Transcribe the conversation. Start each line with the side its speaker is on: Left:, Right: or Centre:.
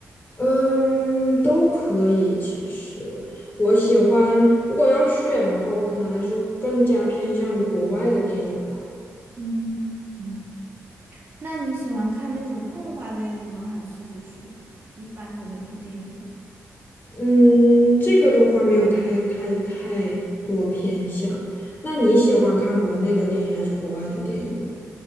Left: 嗯，都可以。其实我喜欢，如果要选的话，我可能还是更加偏向于国外的电影吧。
Right: 嗯嗯，那你喜欢看那种动画类的呢，还是就是一般的那种电影呢？
Left: 嗯，这个的话没有太太太多偏向。那你喜欢看国内的电影还是国外的电影呢？